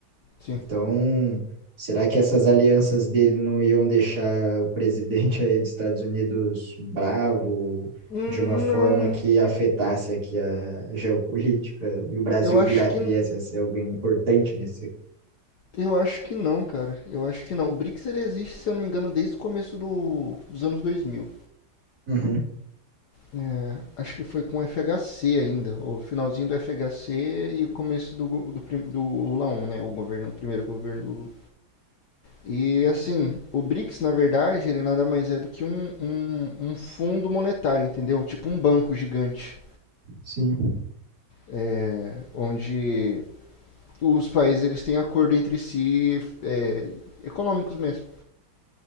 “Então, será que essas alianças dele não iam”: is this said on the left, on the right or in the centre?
Right